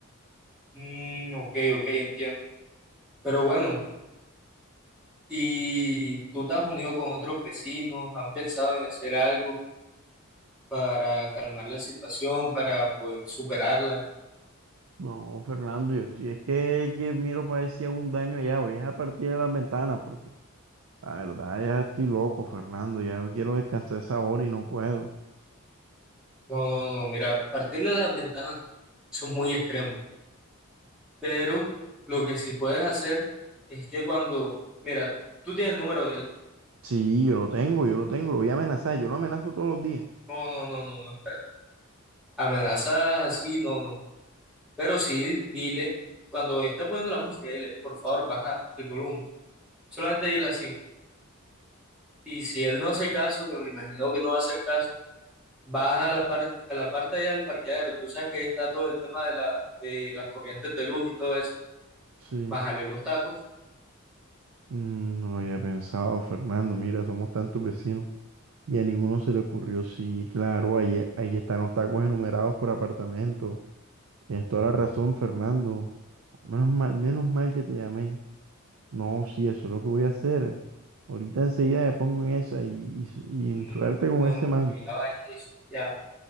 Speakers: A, in the centre; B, on the right.
A: Mm, ok, ok, entiendo. Pero bueno, ¿y tú te has unido con otros vecinos? ¿Han pensado en hacer algo? para calmar la situación, para poder superarla.
B: No, Fernando, yo estoy, es que, que miro para ver si un daño allá, voy es a partir de las ventanas, porque la verdad ya estoy loco, Fernando, ya yo quiero descansar esa hora y no puedo.
A: No, no, no, mira, partirle las ventanas, no, eso es muy extremo. Pero lo que sí puedes hacer es que cuando, mira, tú tienes el número de él.
B: Sí, yo lo tengo, yo lo tengo, lo voy a amenazar, yo lo amenazo todos los días.
A: No, no, no, no, no, espera. Amenazas así, no, no. Pero sí, dile, cuando esté poniendo la música, dile, por favor, baja el volumen. Solamente dile así. Y si él no hace caso, que me imagino que no va a hacer caso, vas a la, par- a la parte allá del parqueadero, tú sabes que está todo el tema de, la, de las corrientes de luz y todo eso,
B: Sí,
A: bájale los tacos,
B: mm, no lo había pensado, Fernando, mira, somos tantos vecinos. Y a ninguno se le ocurrió, sí, claro, ahí, e- ahí están los tacos enumerados por apartamento. Tienes toda la razón, Fernando. Menos mal, menos mal que te llamé. No, sí, eso es lo que voy a hacer. Ahorita enseguida me pongo en esa y, y,
A: Mm,
B: y suerte con
A: no,
B: ese
A: no,
B: man.
A: pero ya vayas, ya,